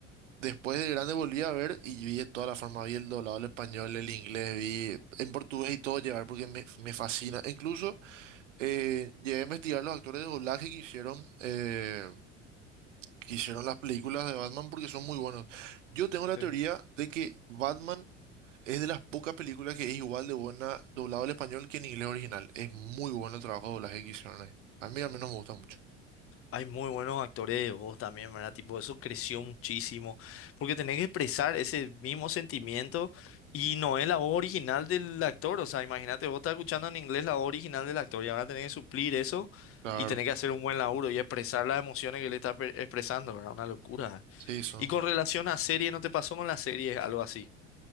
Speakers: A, on the right; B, on the left.
A: Después de grande volví a ver y vi de toda la forma, vi el doblado al español, el inglés, vi en portugués y todo llevar porque me, me fascina. E Incluso eh, llegué a investigar los actores de doblaje que hicieron, eh, que hicieron las películas de Batman porque son muy buenos. Yo tengo la
B: Sí.
A: teoría de que Batman es de las pocas películas que es igual de buena doblado al español que en inglés original. Es muy bueno el trabajo de doblaje que hicieron ahí. A mí al menos me gusta mucho.
B: Hay muy buenos actores de voz también, ¿verdad? Tipo, eso creció muchísimo. Porque tenés que expresar ese mismo sentimiento y no es la voz original del actor. O sea, imagínate, vos estás escuchando en inglés la voz original del actor y ahora tenés que suplir eso
A: Claro,
B: y tenés que hacer un buen laburo y expresar las emociones que le estás pe- expresando, ¿verdad? Una locura.
A: sí, son...
B: Y con relación a serie, ¿no te pasó con la serie algo así?